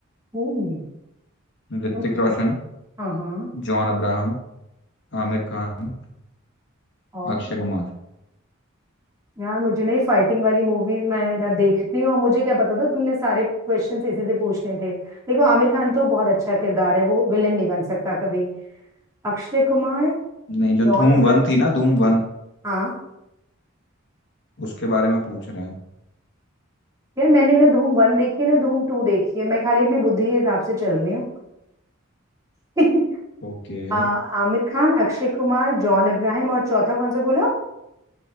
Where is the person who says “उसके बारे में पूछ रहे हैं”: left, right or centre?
Left